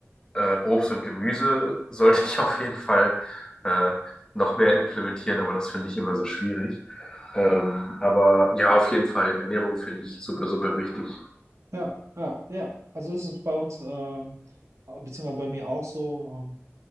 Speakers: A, on the left; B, on the right.
A: äh, Obst und Gemüse sollte ich <laughs> auf jeden Fall äh, noch mehr implementieren, aber das finde ich immer so schwierig. Ähm, aber ja, auf jeden Fall, Ernährung finde ich super, super wichtig.
B: Ja, ja, ja. Also ist es ist bei uns, ähm, beziehungsweise bei mir auch so. Ähm,